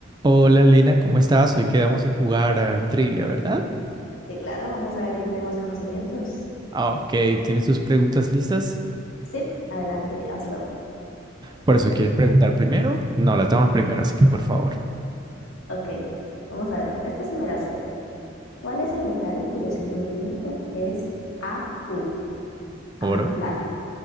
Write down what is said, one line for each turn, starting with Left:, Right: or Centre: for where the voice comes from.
Right: Hola Lina, ¿cómo estás? Hoy quedamos en jugar a trivia, ¿verdad?
Left: Sí, claro, vamos a ver quién tiene más conocimientos.
Right: Ah, Ok, ¿tienes tus preguntas listas?
Left: Sí, adelante, hazlo.
Right: Por eso quieres preguntar primero. No, las damos primero, así que por favor,
Left: Ok, vamos a ver. Esta sí me la sé. ¿Cuál es el metal cuyo símbolo químico es AU? A,
Right: oro.
Left: plata.